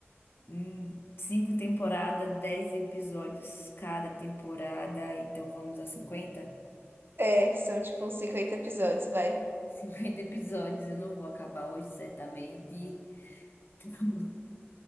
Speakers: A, on the left (about 55°); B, on the right (about 55°).
A: Hum, cinco temporadas, dez episódios cada temporada, então vamos a 50.
B: É, são tipo uns 50 episódios, vai.
A: cinquenta episódios, eu não vou acabar hoje, certamente. <laughs>